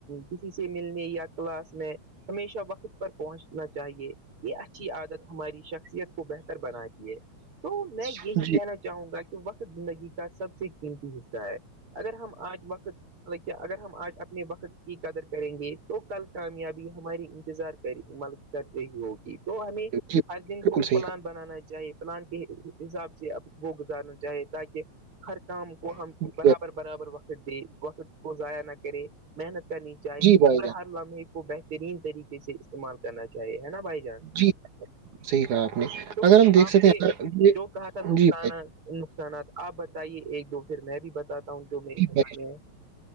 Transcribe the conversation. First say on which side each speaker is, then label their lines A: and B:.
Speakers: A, on the right; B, on the right.
A: کسی سے ملنے یا کلاس میں ہمیشہ وقت پر پہنچنا چاہیے یہ اچھی عادت ہماری شخصیت بہتر بنا دیے تو میں یہی
B: نے۔
A: کہنا
B: جی
A: چاہ چاہوں گا کہ وقت زندگی کا سب سے قیمتی حصہ ہے اگر ہم آج وقت اگر ہم آج اپنے وقت کی قدر کریں گے تو کل کامیاب ہماری انتظار کر ع مل کر رہی ہوگی تو ہمیں
B: جی
A: ہر دن
B: بالکل
A: کو
B: صحیح
A: پلان بنانا چاہیے پلان کے حساب سے وہ گزارنا چاہے تاکہ ہر کام کو ہم
B: کہا
A: برابر برابر وقت دے وقت کو ضائع نہ کرے محنت کا نیچ آ
B: جی بھائی
A: اور
B: جان
A: ہر لمحے کو بہتر ترین طریقے سے استعمال کرنا چاہیے ہے نا بھائی
B: جی صحیح کہا آپ نے
A: تو
B: اگر ہم دیکھ
A: آپ
B: سکیں
A: نے
B: اگر یہ
A: جو کہا تھا نقصانہ
B: جی بھائی
A: نقصانات آپ بتائیے ایک دو پھر میں بھی بتاتا ہوں جو میریمان
B: جی بھائی
A: میں ہے